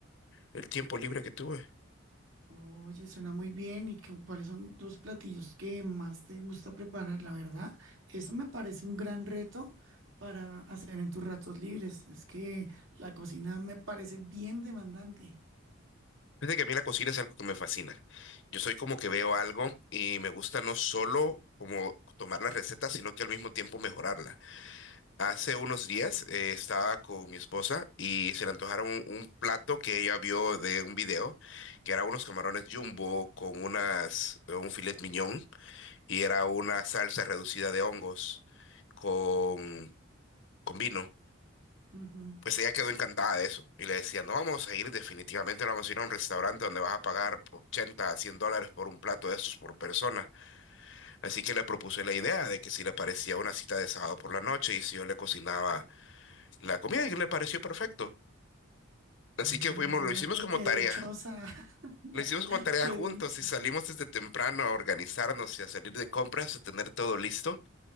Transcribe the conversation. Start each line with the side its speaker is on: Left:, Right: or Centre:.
Left: el tiempo libre que tuve.
Right: Oye, suena muy bien. ¿Y qué- cuáles son los platillos que más te gusta preparar? La verdad, eso me parece un gran reto para hacer en tus ratos libres. Es que la cocina me parece bien demandante.
Left: Fíjate que a mí la cocina es algo que me fascina. Yo soy como que veo algo y me gusta no solo como tomar la receta, sino que al mismo tiempo mejorarla. Hace unos días eh, estaba con mi esposa y se le antojaron un, un plato que ella vio de un video, que era unos camarones jumbo con unas, eh, un filet mignon y era una salsa reducida de hongos con, con vino.
Right: Ujú.
Left: Pues ella quedó encantada de eso y le decía, no vamos a ir, definitivamente no vamos a ir a un restaurante donde vas a pagar 80 a 100 dólares por un plato de estos por persona. Así que le propuse la idea de que si le parecía una cita de sábado por la noche y si yo le cocinaba la comida y le pareció perfecto. Así
Right: Oye,
Left: que
Right: imagínate
Left: fuimos, lo hicimos como
Right: qué
Left: tarea,
Right: dichosa, <laughs>
Left: lo hicimos como tarea
Right: qué
Left: juntos
Right: dicha.
Left: y salimos desde temprano a organizarnos y a salir de compras, a tener todo listo.